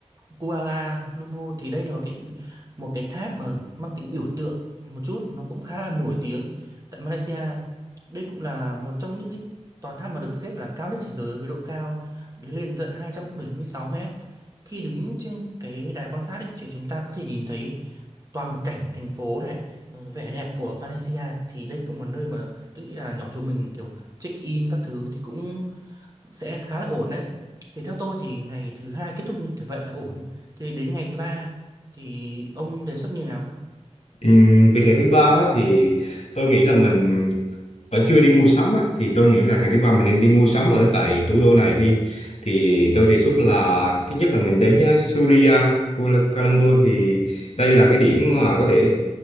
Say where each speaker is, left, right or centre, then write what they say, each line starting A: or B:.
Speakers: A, on the right; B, on the left.
A: Kuala Lumpur thì đây là một cái một cái tháp mà mang tính biểu tượng một chút nó cũng khá là nổi tiếng tại Malaysia đây cũng là một trong những cái tòa tháp mà được xếp là cao nhất thế giới với độ cao lên tận 276 mét khi đứng trên cái đài quan sát ấy thì chúng ta có thể nhìn thấy toàn cảnh thành phố này ờ, vẻ đẹp của Malaysia thì đây cũng là một nơi mà tôi nghĩ là nhóm chúng mình kiểu check in các thứ thì cũng sẽ khá là ổn đấy thì theo tôi thì ngày thứ hai kết thúc như thế vậy là ổn thì đến ngày thứ ba thì ông đề xuất như nào
B: Ừm, về ngày thứ ba á, thì tôi nghĩ là mình vẫn chưa đi mua sắm á, thì tôi nghĩ là ngày thứ ba mình nên đi mua sắm ở tại thủ đô này đi thì tôi đề xuất là thứ nhất là mình đến uh, Suria Kuala Kuala Lumpur thì đây là cái điểm mà có thể